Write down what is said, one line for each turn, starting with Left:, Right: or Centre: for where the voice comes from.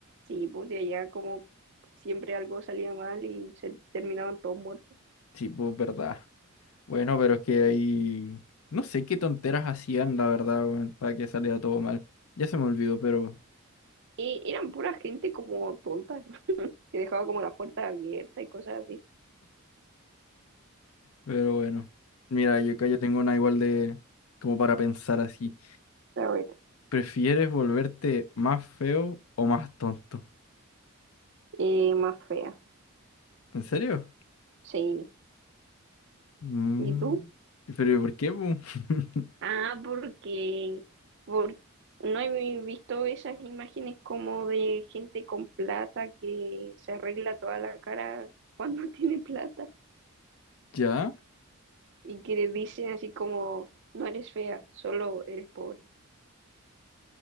Right: Sí, pues de allá como siempre algo salía mal y se terminaban todos muertos.
Left: Sí, pues verdad. Bueno, pero es que ahí... No sé qué tonteras hacían, la verdad, weón, para que saliera todo mal. Ya se me olvidó, pero...
Right: Y eran pura gente como tonta, <laughs> que dejaba como las puertas abiertas y cosas así.
Left: Pero bueno. Mira, yo acá yo tengo una igual de... Como para pensar así.
Right: A ver,
Left: ¿Prefieres volverte más feo o más tonto?
Right: eh, más fea,
Left: ¿En serio?
Right: sí.
Left: Mm,
Right: ¿Y tú?
Left: Pero ¿por qué? po? <laughs>
Right: Ah, porque, por- no he visto esas imágenes como de gente con plata que se arregla toda la cara cuando <laughs> tiene plata.
Left: ¿Ya?
Right: y que le dicen así como, no eres fea, solo eres pobre.